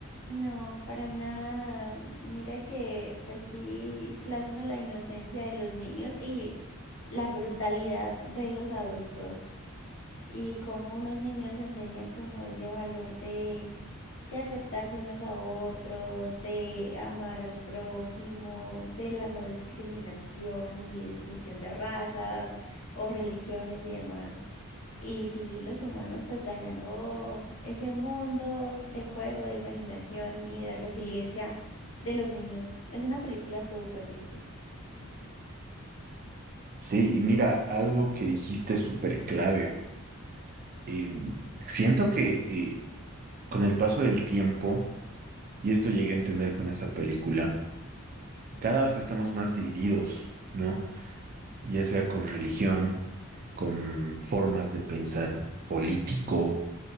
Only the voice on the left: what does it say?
No, para nada. Mira que pues sí plasma la inocencia de los niños y la brutalidad de los adultos. y cómo unos niños enseñan como ese valor de, de aceptarse unos a otros, de amar al prójimo, de la no discriminación ni distinción de razas o religiones y demás. Y sí, los humanos pues dañando ese mundo de juego, de imaginación y de resiliencia de los niños. Es una película súper triste.